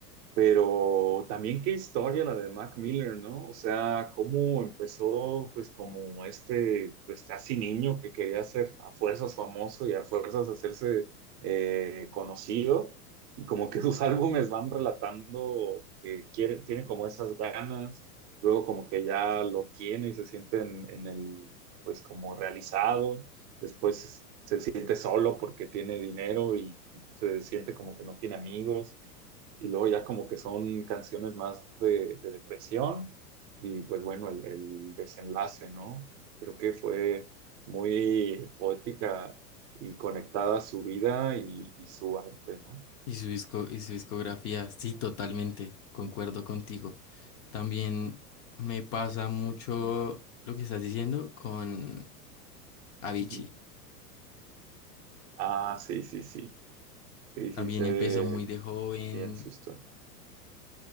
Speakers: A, on the right; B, on the left.
A: Pero también qué historia la de Mac Miller, ¿no? O sea, cómo empezó pues como este pues casi niño que quería ser a fuerzas famoso y a fuerzas hacerse eh, conocido. Y como que <laughs> sus álbumes van relatando que quiere, tiene como esas ganas, luego como que ya lo tiene y se siente en, en el pues como realizado, después se siente solo porque tiene dinero y se siente como que no tiene amigos y luego ya como que son canciones más de, de depresión y pues bueno, el, el desenlace, ¿no? Creo que fue muy poética y conectada a su vida y, y su arte, ¿no?
B: y su disco, y su discografía. Sí, totalmente, concuerdo contigo. También me pasa mucho
A: Ujú,
B: lo que estás diciendo con Avicii.
A: ujú. Ah, sí, sí, sí, sí,
B: También
A: sí, sé
B: empezó muy de joven
A: bien su historia.